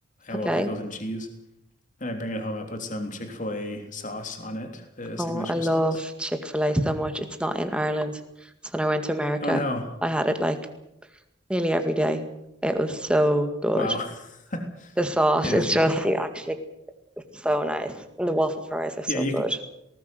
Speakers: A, on the left; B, in the centre.
A: Yeah,
B: Okay.
A: well, pickles and cheese. And I bring it home. I put some Chick-fil-A sauce on it, the
B: Oh,
A: signature
B: I love
A: sauce.
B: Chick-fil-A so much. It's not in Ireland. So when I went to America,
A: Oh no.
B: I had it like nearly every day. It was so good.
A: Wow. <laughs>
B: The sauce
A: It
B: is
A: is
B: just,
A: good.
B: you actually, it's so nice. And the waffle fries are so
A: Yeah, you
B: good.
A: can